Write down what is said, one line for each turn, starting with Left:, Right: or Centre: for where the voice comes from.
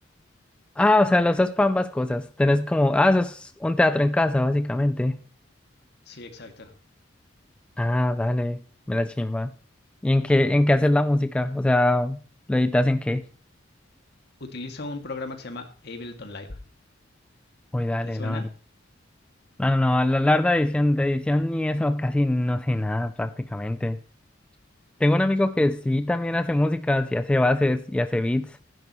Centre: Ah, o sea, lo usas para ambas cosas. Tenés como, ah, eso es un teatro en casa, básicamente.
Left: Sí, exacto.
Centre: Ah, dale, me la chimba. ¿Y en qué, en qué haces la música? O sea, ¿lo editas en qué?
Left: Utilizo un programa que se llama Ableton Live.
Centre: Uy, dale,
Left: ¿Te suena?
Centre: no, ni... No, no, no, la larga edición, de edición ni eso, casi no sé nada prácticamente. Tengo un amigo que sí también hace música, sí hace bases y hace beats,